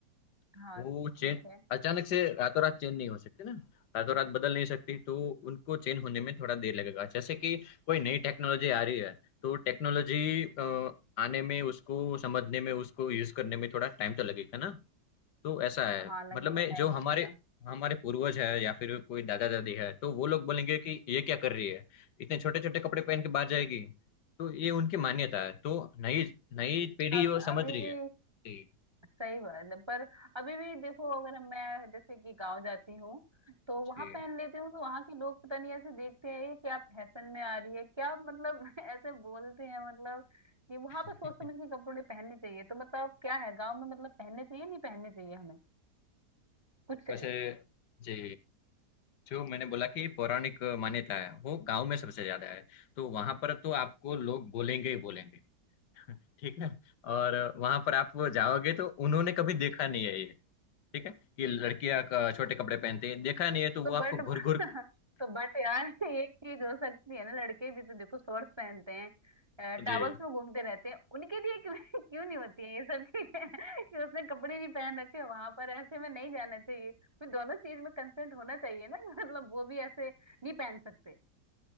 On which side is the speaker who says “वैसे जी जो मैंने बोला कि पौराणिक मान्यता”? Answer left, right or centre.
Left